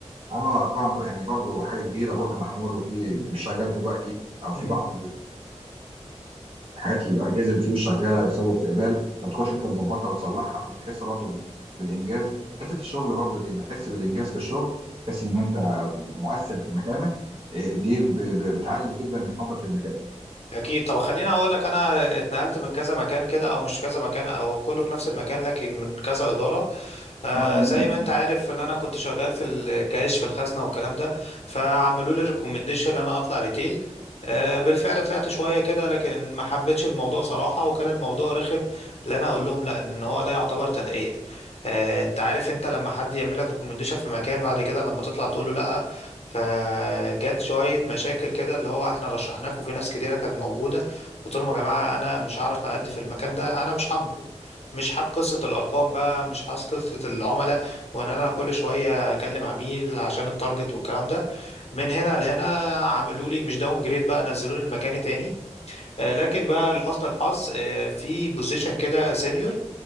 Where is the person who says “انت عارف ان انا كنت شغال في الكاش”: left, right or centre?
Left